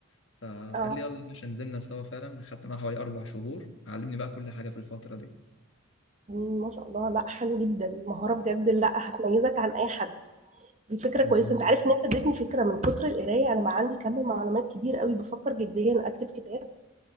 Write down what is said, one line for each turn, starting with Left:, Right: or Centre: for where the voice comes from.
Left: فقال
Right: اه
Left: لي يلا يا باشا نزلنا سوا فعلا خدت معاه حوالي اربع شهور علمني بقى كل حاجه في الفتره دي
Right: ما شاء الله لا حلو جدا مهارة بجد لا هتميزك عن اي حد دي فكرة
Left: مظبوط
Right: كويسة انت عارف ان انت اديتني فكرة من كتر القراية انا بقى عندي كم معلومات كبير قوي بفكر جديا اكتب كتاب